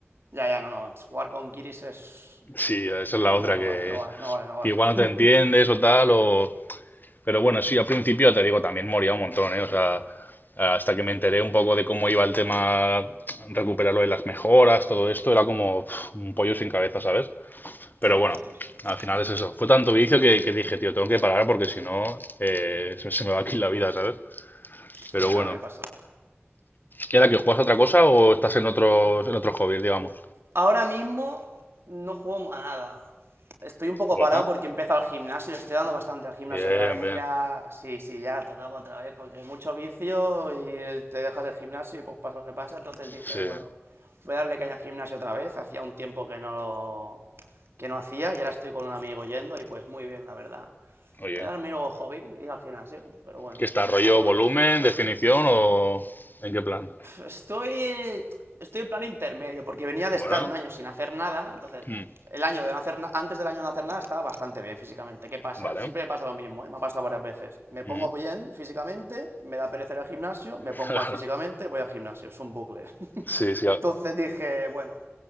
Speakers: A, on the right; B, on the left.
A: Ya, ya, no, no. Jugar con Kiris es.
B: Sí, esa
A: No,
B: es la otra,
A: no, no
B: que,
A: vale, no vale, no vale, no vale.
B: que igual no
A: <laughs>
B: te entiendes o tal, o... Pero bueno, sí, al principio te digo, también moría un montón, ¿eh? O sea, hasta que me enteré un poco de cómo iba el tema, recuperarlo de las mejoras, todo esto, era como uf, un pollo sin cabeza, ¿sabes? Pero
A: Sí,
B: bueno,
A: sí.
B: al final es eso. Fue tanto vicio que, que dije, tío, tengo que parar porque si no eh, <laughs> se, se me va aquí la vida, ¿sabes? Pero
A: Sí, no,
B: bueno.
A: me pasó.
B: ¿Y ahora que juegas a otra cosa o estás en otros, en otros hobbies, digamos?
A: Ahora mismo no juego a nada. Estoy un poco
B: Bueno,
A: parado porque he empezado el gimnasio, le estoy dando bastante al gimnasio
B: bien,
A: otra vez. Hacía.
B: bien.
A: Sí, sí, ya tocaba otra vez porque mucho vicio y te dejas el gimnasio y pues pasa lo que pasa. Entonces dije,
B: Sí.
A: bueno, voy a darle caña al gimnasio otra vez. Hacía un tiempo que no lo. que no hacía y ahora estoy con un amigo yendo y pues muy bien, la verdad.
B: Oye,
A: Era mi nuevo hobby, ir al gimnasio, pero bueno,
B: ¿qué está? ¿Rollo
A: aprovecho.
B: volumen, definición o en qué plan?
A: Estoy. Estoy en plan intermedio, porque venía de
B: Bueno,
A: estar un año sin hacer nada, entonces.
B: mm,
A: El año de no hacer na- antes del año de no hacer nada estaba bastante bien físicamente. ¿Qué pasa?
B: vale.
A: Siempre me pasa lo mismo, ¿eh? me ha pasado varias veces. Me pongo
B: Mm.
A: bien físicamente, me da pereza ir al gimnasio, me
B: <laughs>
A: pongo mal físicamente, voy al gimnasio, es un bucle. <laughs>
B: Sí, sí.
A: Entonces
B: a-
A: dije, bueno,